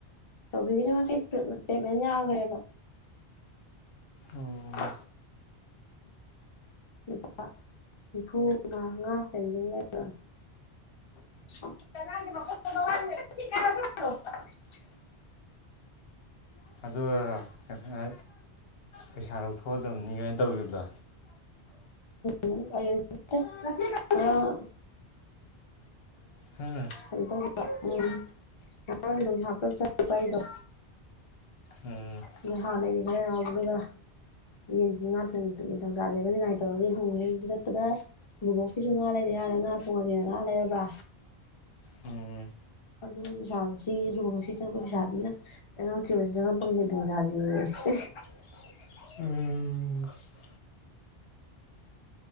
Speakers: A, on the left (about 35°); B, on the left (about 70°).
A: ꯇꯣꯕꯤꯒꯤ ꯅꯨ ꯉꯁꯤ ꯄꯦꯃꯦꯟ ꯌꯥꯈ꯭ꯔꯦꯕꯥ꯫
B: ꯑꯣ
A: <unintelligible> <inaudible> ꯂꯨꯄꯥ, ꯅꯤꯐꯨ ꯃꯉꯥ ꯄꯦꯟꯗꯤꯡ ꯂꯩꯕ꯫ <unintelligible>
B: ꯑꯗꯨ ꯑꯥ ꯄꯩꯁꯥ ꯂꯧꯊꯣꯛꯑꯗꯕꯅꯤ ꯀꯥꯏꯅꯥ ꯇꯧꯈꯤꯕꯗꯣ꯫
A: ꯎꯝ ꯑꯩꯅꯥ ꯅꯠꯇꯦ ꯃꯥ
B: ꯍꯥꯍꯍ
A: ꯍꯟꯗꯧꯕꯥ ꯎꯝ ꯉꯔꯥꯡꯗꫭ ꯊꯕꯛ ꯆꯠꯄꯥ ꯑꯩꯗꯣ
B: ꯎꯝ
A: ꯑꯗꯨꯒꯥ ꯍꯥꯅꯥꯒꯤ ꯈꯔ ꯌꯥꯎꯕꯗꯨꯒ꯫ ꯌꯦꯟ ꯉꯥ ꯊꯏꯡꯕꯁꯨ ꯆꯥꯒꯦ ꯅꯥ ꯅꯤꯡꯉꯥꯏ ꯇꯧꯍꯧ ꯔꯤ ꯑꯗꯨꯨꯒꯤ ꯔꯩꯕꯥ ꯆꯠꯄꯗꯥ ꯕꯕꯣꯛꯀꯤꯁꯨ ꯉꯥ ꯂꯩꯅ ꯌꯥꯔꯦ ꯉꯥ ꯐꯣꯡꯉꯁꯤꯅꯥ ꯉꯥ ꯂꯩꯔꯕꯥ꯫
B: ꯎꯝ꯫
A: ꯑꯗꯨ ꯄꯩꯁꯥꯁꯤ ꯍꯤꯒꯤ ꯆꯪꯉꯛꯄꯥ ꯄꯁꯥꯜꯗꯨꯅ꯫ ꯆꯡꯉꯛꯇꯔꯤꯕꯥ ꯆꯪꯉꯛꯄꯥꯒꯥ ꯌ°ꯟ ꯊꫭꯡꯕꯥ ꯆꯥꯖꯥꯌ°
B: ꯎꯝꯝ ꯝ